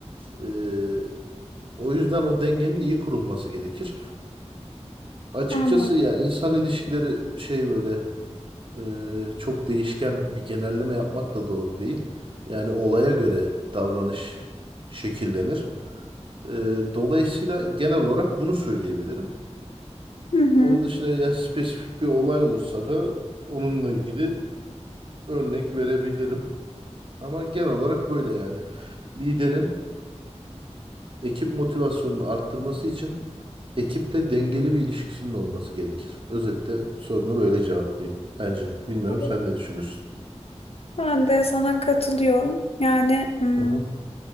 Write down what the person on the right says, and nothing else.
Eee, o yüzden o dengenin iyi kurulması gerekir. Açıkçası
ya insan ilişkileri şey böyle eee, çok değişken bir genelleme yapmak da doğru değil. Yani olaya göre davranış şekillenir. Ee, dolayısıyla genel olarak bunu söyleyebilirim.
Onun dışında ya spesifik bir olay olursa da onunla ilgili örnek verebilirim. Ama genel olarak böyle yani. Liderin ekip motivasyonunu arttırması için ekiple dengeli bir ilişkisinin olması gerekir. Özetle sorunu böyle cevaplayayım bence. Bilmiyorum
sen ne düşünürsün?
Hı hı,